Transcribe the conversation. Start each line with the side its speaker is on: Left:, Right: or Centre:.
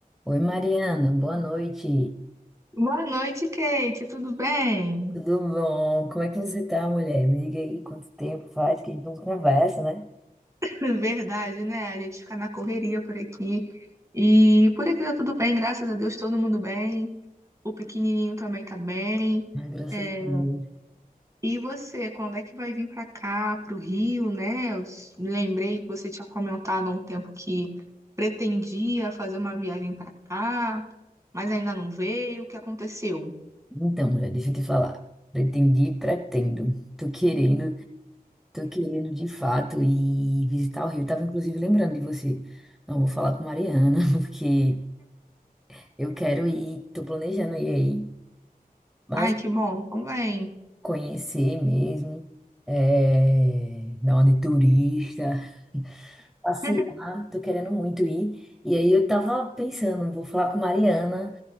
Centre: Oi, Mariana, boa noite.
Right: Boa noite, Kate. Tudo bem?
Centre: Tudo bom? Como é que você tá, mulher? Me diga aí quanto tempo faz que a gente não conversa, né?
Right: <laughs> Verdade, né? A gente fica na correria por aqui. E por aqui tá tudo bem, graças a Deus, todo mundo bem. O pequenininho também tá bem.
Centre: Mas graças
Right: É,
Centre: a Deus.
Right: E você, quando é que vai vir pra cá, pro Rio, né? Eu s- lembrei que você tinha comentado há um tempo que pretendia fazer uma viagem pra cá, mas ainda não veio. O que aconteceu?
Centre: Então, mulher, deixa eu te falar. Pretendi, pretendo. Tô querendo, tô querendo de fato ir visitar o Rio. Tava inclusive lembrando de você. Não, vou falar com Mariana, <laughs> porque eu quero ir, tô planejando ir aí, mas
Right: Ai, que bom. Então vem.
Centre: conhecer mesmo, é, dar uma de turista. passear,
Right: <laughs>
Centre: tô querendo muito ir. E aí eu tava pensando, vou falar com Mariana.